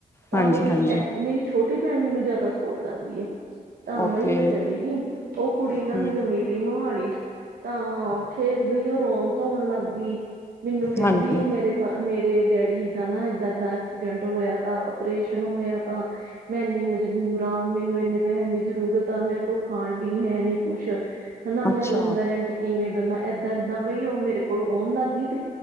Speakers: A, on the right; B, on the left.
A: ਤਾਂ
B: ਹਾਂਜੀ
A: ਮੇਰੀ,
B: ਹਾਂਜੀ
A: ਮੇਰੀ ਛੋਟੀ ਭੈਣ ਮੈਨੂੰ ਜ਼ਿਆਦਾ ਸਪੋਟ ਕਰਦੀ ਆ ਤਾਂ
B: ਓਕੇ
A: ਬਈ ਮੈਂ, ਚਲੀ ਗਈ ਉਹ ਕੁੜੀ
B: ਹਮ
A: ਨਾ ਮੈਨੂੰ ਉਮੀਦ ਮੋਹਾਲੀ ਤਾਂ ਫੇਰ ਬਈ ਉਹ ਰੋਣ, ਧੋਣ ਲੱਗ ਗਈ ਮੈਨੂੰ ਕਹਿੰਦੀ
B: ਹਾਂਜੀ
A: ਮੇਰੇ ਮੇਰੇ ਡੈਡੀ ਦਾ, ਨਾ ਏਦਾਂ ਦਾਂ ਐਕਸੀਡੈਂਟ ਹੋਇਆ ਤਾ ਆਪ੍ਰੇਸ਼ਨ ਹੋਇਆ ਤਾ ਮੈਂ, ਇੰਨੀ ਮਜਬੂਰ ਹਾਂ ਮੈਨੂੰ ਇੰਨੇ ਪੈਸੇ ਦੇ, ਜ਼ਰੂਰਤ ਆ ਮੇਰੇ ਕੋਲ ਖਾਣ ਲਈ ਹੈ। ਨੀ ਕੁਛ ਹਨਾ ਮੈਂ
B: ਅੱਛਾ
A: ਰੂਮ ਦਾ ਰੈਂਟ ਕਿਵੇਂ ਦੇਵਾਂ! ਏਦਾਂ-ਏਦਾਂ ਬਈ ਉਹ ਮੇਰੇ ਕੋਲ ਰੋਣ ਲੱਗ ਗਈ ਸੀ!